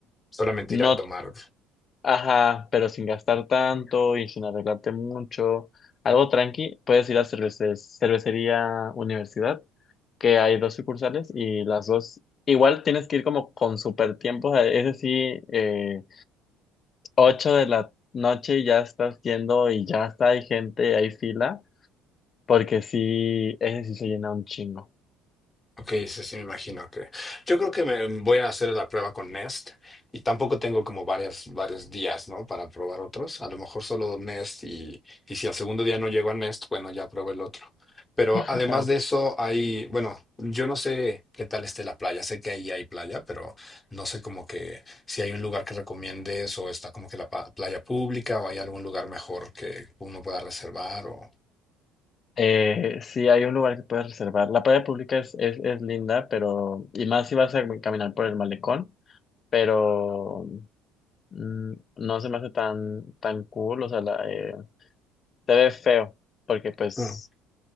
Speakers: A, on the left; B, on the left.
A: Solamente
B: No,
A: ir a tomar.
B: ajá, pero sin gastar tanto y sin arreglarte mucho. Algo tranqui, puedes ir a cervece- cervecería universidad, que hay dos sucursales y las dos. Igual tienes que ir como con super tiempos. Es decir, eh, 8 de la noche y ya estás yendo y ya está, hay gente, hay fila, porque sí, ese sí se llena un chingo.
A: Ok, sí, sí, me imagino que. Yo creo que me voy a hacer la prueba con Nest y tampoco tengo como varias, varios días, ¿no? Para probar otros. A lo mejor solo Nest y, y si al segundo día no llego a Nest, bueno, ya pruebo el otro. Pero
B: <laughs>
A: además de eso, hay, bueno, yo no sé qué tal esté la playa. Sé que ahí hay playa, pero no sé como que si hay un lugar que recomiendes o está como que la pa- playa pública o hay algún lugar mejor que uno pueda reservar o.
B: Eh, sí, hay un lugar que puedes reservar. La playa pública es, es, es linda, pero, y más si vas a caminar por el malecón. pero mm, no se me hace tan, tan cool, o sea, la, eh, se ve feo, porque pues,
A: Claro.